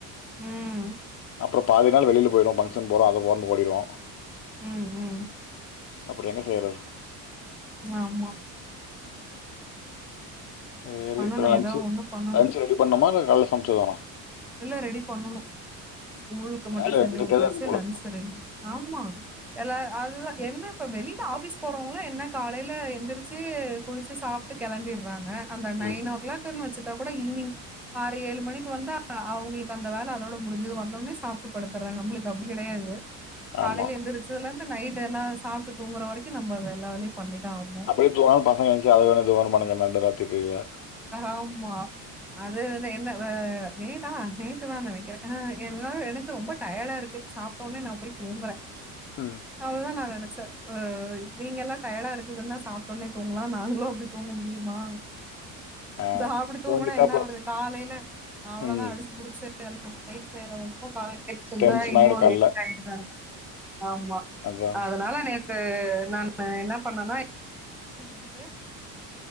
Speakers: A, in the centre; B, on the left.
A: ம்
B: அப்புறம் பாதி நாள் வெளில போயிடும் ஃபங்கஷன் போறோம் அங்க போறோன்டு ஓடிடுவோம்
A: ம் ம்
B: அப்பறம் என்ன செய்றது
A: ஆமா
B: செரி
A: பண்ணணும்.
B: இப்போ லன்சு
A: ஏதோ ஒண்ணு பண்ணணும்.
B: லன்சு ரெடி பண்ணுமா இல்ல காலையில சமைச்சதானா
A: இல்ல ரெடி பண்ணணும் ஸ்கூலுக்கு மட்டும்
B: வேலை
A: செஞ்சு
B: இருந்துகிட்டே
A: குடுத்தாச்சு
B: தான் இருக்கும் போல
A: லன்ச் ரெடி பண் ஆமா எல்லா அதுதான் என்ன இப்ப வெளில ஆபீஸ் போறவங்களா என்ன காலையில எந்திரிச்சு குளிச்சு சாப்ட்டு கெளம்பிறாங்க அந்த நைன்
B: ம்
A: ஓ கிளாக்ன்னு வச்சுட்டா கூட ஈவினிங் ஆறு ஏழு மணிக்கு வந்தா அவுங்களுக்கு அந்த வேல அதோட முடிஞ்சது வந்தோனே சாப்டு படுத்துறாங்க நம்ளுக்கு அப்டி கெடையாது காலையில
B: ஆமாம்
A: எந்திரச்சதுல்லந்து நைட்டு எல்லா சாப்ட்டு தூங்குற வரைக்கும் நம்ம எல்லா வேலையும் பண்ணிதா ஆவனும்
B: வீட்ல போனாலும் பசங்க எந்திருச்சு அத வேணும் இத வேணும் பாணுங்க நடு ராத்திரில
A: ஆமா அது வந்து என்ன வ நேத்தா நேத்துதான் நெனைக்கறேன் அ என்னாலும் எனக்கு ரொம்ப டயர்டா இருக்கு சாப்பிட்டோன்னே நான் போய் தூங்கறேன்
B: ம்
A: அவ்ளதான் நான் நெனைச்சேன் அ நீங்கெல்லாம் டயர்டா இருக்குதுன்னா சாப்பிட்டோன்னே தூங்கலாம் நாங்களும் அப்டி தூங்க முடியுமா
B: ஆ
A: நான் அப்டி தூங்கனா
B: தூங்கிட்டா
A: என்னாவரது
B: அப்புறம்
A: காலைல அவ்ளோதான்
B: ம்
A: அடிச்சுப் புடுச்சு நைட் செய்றதுக்கும் காலைல செஞ்சா
B: டென்ஷன்
A: இன்னும்
B: ஆகிடும் காலைல
A: லேட் ஆயிரும் ஆமா
B: அதான்
A: அதனால நேத்து நானு நான் என்ன பண்ணுனேன்னா எல்லாம் முடுச்சு